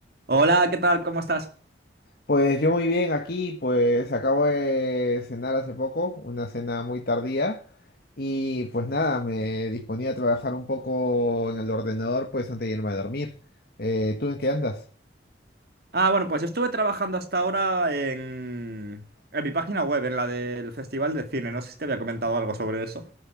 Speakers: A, on the right; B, on the left.
A: Hola, ¿qué tal? ¿Cómo estás?
B: Pues yo muy bien aquí, pues acabo de cenar hace poco, una cena muy tardía y pues nada, me disponía a trabajar un poco en el ordenador pues antes de irme a dormir. Eh, ¿tú en qué andas?
A: Ah, bueno, pues yo estuve trabajando hasta ahora en, en mi página web, en la del Festival de Cine. No sé si te había comentado algo sobre eso.